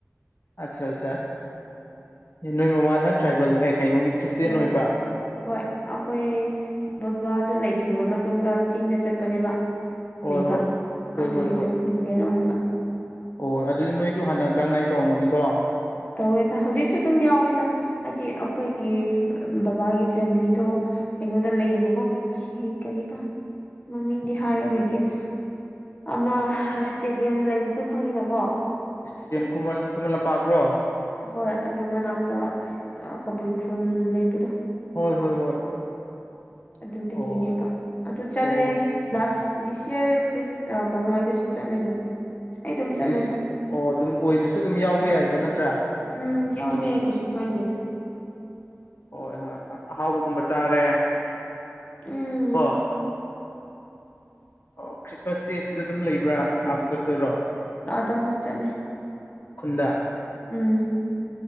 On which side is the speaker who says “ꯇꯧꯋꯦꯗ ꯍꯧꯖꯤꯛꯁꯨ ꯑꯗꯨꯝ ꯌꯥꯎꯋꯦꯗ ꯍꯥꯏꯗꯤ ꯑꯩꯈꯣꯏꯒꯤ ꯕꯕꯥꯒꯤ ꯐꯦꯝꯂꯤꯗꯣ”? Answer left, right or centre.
Left